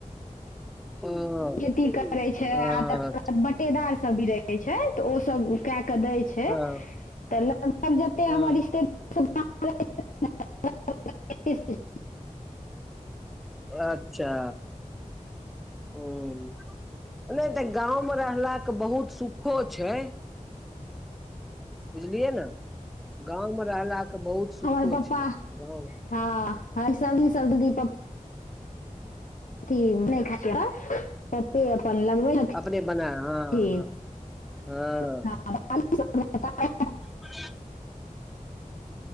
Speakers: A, in the centre; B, on the left.
A: हँ
B: खेती करै छै
A: हँ
B: आ तकर बाद बटेदार सब भी रहै छै <unintelligible> छै तऽ ओसभ कए कऽ दै छै
A: हँ
B: तऽ लगभग जते
A: हँ
B: हमर रिश्ते <unintelligible>
A: अच्छा ह नइ तऽ गाँंव में रहला के बहुत सुखो छै बुझलियै ने गाँंव मे रहला के बहुत सुखो
B: हमर पप्पा
A: छै गाँव
B: हँ सब ई सब दी <unintelligible> नहि ख <unintelligible> पप्पे अपन लगबै <unintelligible>
A: अपने बना हँ
B: थि
A: हँ हँ
B: ता <unintelligible>
A: <unintelligible>